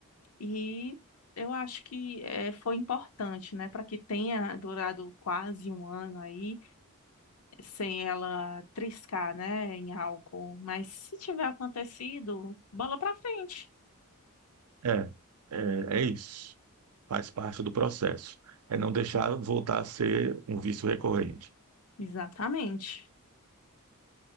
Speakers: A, on the left; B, on the right.
A: e eu acho que eh, foi importante, né, para que tenha durado quase um ano aí sem ela triscar, né, em álcool. Mas se tiver acontecido, bola para frente.
B: É, é, é isso. Faz parte do processo. É não deixar voltar a ser um vício recorrente.
A: Exatamente.